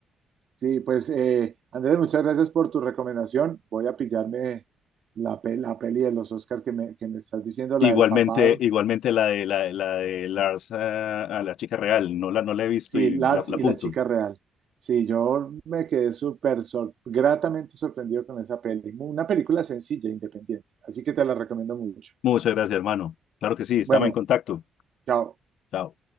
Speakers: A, on the right (about 60°); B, on the left (about 75°).
A: Sí, pues eh, Andrés, muchas gracias por tu recomendación. Voy a pillarme la, pe- la peli de los Oscar que me, que me estás diciendo,
B: Igualmente,
A: la del papado.
B: igualmente la de la, de- la de Lars, ah, a la chica real, no la, no la he visto
A: Sí,
B: y
A: Lars
B: la, la
A: y
B: apunto.
A: la chica real. Sí, yo me quedé súper sor- gratamente sorprendido con esa peli. Una película sencilla, independiente. Así que te la recomiendo mucho.
B: Muchas gracias, hermano. Claro que sí, estamos
A: Bueno,
B: en contacto.
A: chao.
B: Chao.